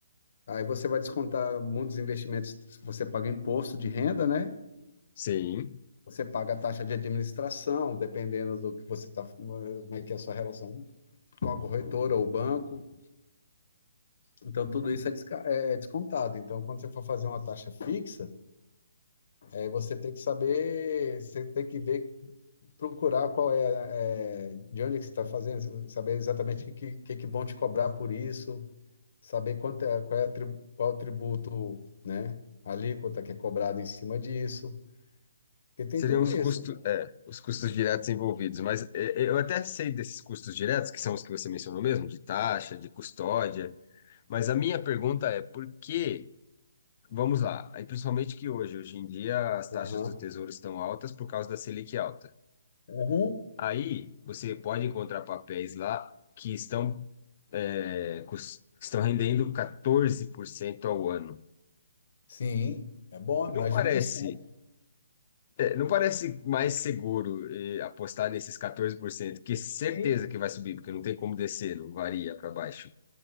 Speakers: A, on the left; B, on the left.
A: Aí você vai descontar muitos investimentos. Você paga imposto de renda, né?
B: sim.
A: Você paga a taxa de administração, dependendo do que você está, como é que é a sua relação com a corretora ou banco. Então, tudo isso é desca- é descontado. Então, quando você for fazer uma taxa fixa, Aí você tem que saber, você tem que ver, procurar qual é, é, de onde é que você está fazendo, saber exatamente o que, que, que vão te cobrar por isso, saber quanto é, qual é a tri- qual é o tributo, né, a alíquota que é cobrada em cima disso, porque tem
B: Seriam
A: tudo
B: os
A: isso.
B: custos, é, os custos diretos envolvidos, mas é, eu até sei desses custos diretos, que são os que você mencionou mesmo, de taxa, de custódia, mas a minha pergunta é por que Vamos lá. Aí, principalmente que hoje, hoje em dia, as taxas
A: Aham.
B: do Tesouro estão altas por causa da Selic alta.
A: Uhum.
B: Aí, você pode encontrar papéis lá que estão, é, cus- que estão rendendo 14% ao ano.
A: Sim, é bom, é mais
B: Não parece,
A: de um por cento
B: é, não parece mais seguro, eh, apostar nesses 14%, que certeza
A: Sim.
B: que vai subir, porque não tem como descer, não varia para baixo,